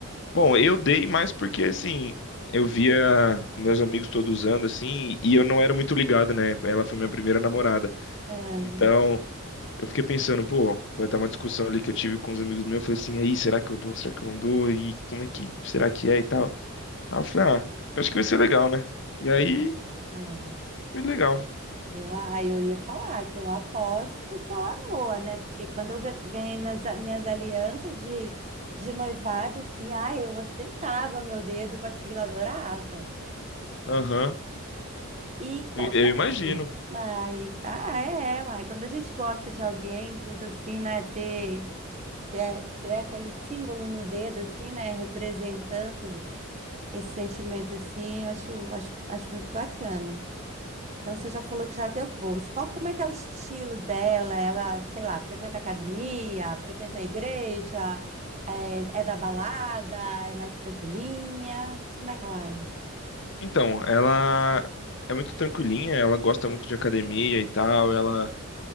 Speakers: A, on the left (about 55°); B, on the right (about 30°).
A: Bom, eu dei mais porque, assim, eu via meus amigos todos usando, assim, e eu não era muito ligado, né? Ela foi minha primeira namorada.
B: É,
A: Então, eu fiquei pensando, pô, foi até uma discussão ali que eu tive com os amigos meus. Eu falei assim, aí, será que eu dou? Será que eu não dou? E como é que, será que é e tal? Aí eu falei, ah, eu acho que vai ser legal, né? E aí,
B: eu, ah,
A: foi legal.
B: eu, aí eu ia falar que eu aposto que ela amou, né? Porque quando eu ga- ganhei minhas, a- minhas alianças de, de noivado, assim, ai, eu ostentava meu dedo com aquilo, adorava.
A: Aham,
B: E qual,
A: eu eu
B: qual...
A: imagino.
B: hum, Ai, ah, é, é, uai. Quando a gente gosta de alguém, tudo assim, né? Ter, ter, ter aquele símbolo no dedo, assim, né? Representando esse sentimento, assim, eu acho, acho, acho muito bacana. Então, você já falou que já deu bolsa. Qual, como é que é o estilo dela? Ela, sei lá, frequenta academia, frequenta a igreja, é, é da balada, é mais tranquilinha? Como é que ela é?
A: Então, ela é muito tranquilinha, ela gosta muito de academia e tal, ela